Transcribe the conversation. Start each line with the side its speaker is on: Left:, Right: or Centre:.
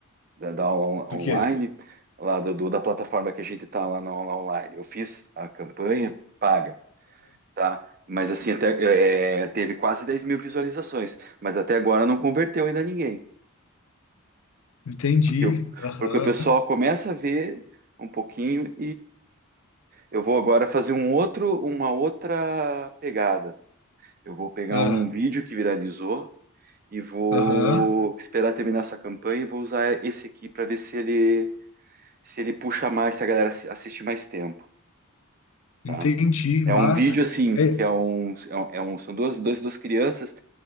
Right: da, da aula
Left: Do
Right: on-
Left: quê?
Right: online, lá do, do- da plataforma que a gente tá lá na aula online. Eu fiz a campanha paga, tá? Mas assim, até, é, teve quase 10 mil visualizações, mas até agora não converteu ainda ninguém,
Left: Entendi.
Right: porque, o-
Left: Aham.
Right: porque o pessoal começa a ver um pouquinho Eu vou agora fazer um outro, uma outra pegada. Eu vou pegar
Left: ah,
Right: um vídeo que viralizou e vou
Left: Aham.
Right: esperar terminar essa campanha e vou usar esse aqui para ver se ele se ele puxa mais, se a galera assiste mais tempo,
Left: Entendi.
Right: tá? É
Left: Massa.
Right: um vídeo assim
Left: É,
Right: que é um, é um é um, são duas, duas, duas crianças